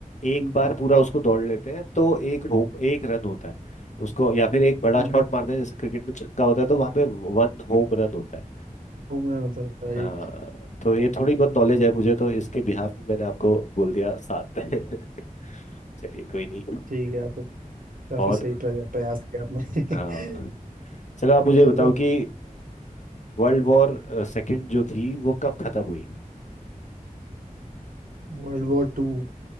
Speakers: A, on the left; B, on the right.
A: एक
B: हम्म
A: बार पूरा उसको दौड़ लेते हैं तो एक होम एक रन होता है उसको या फिर एक बड़ा
B: हम्म
A: शॉट मारते हैं जैसे क्रिकेट में छक्का होता है तो वहां पे वन होम रन होता है
B: होमर होता है, राइट
A: हाँ तो ये थोड़ी बहुत नॉलेज है मुझे तो इसके बिहाफ में मैंने आपको बोल दिया सात <laughs> चलिए कोई नहीं
B: ठीक है आप काफी
A: और
B: सही प्रया- प्रयास किया आपने
A: हाँ
B: <laughs>
A: चलो आप
B: ठीक
A: मुझे
B: है
A: बताओ कि वर्ल्ड वॉर सेकंड जो थी वो कब खत्म हुई
B: वर्ल्ड वॉर टू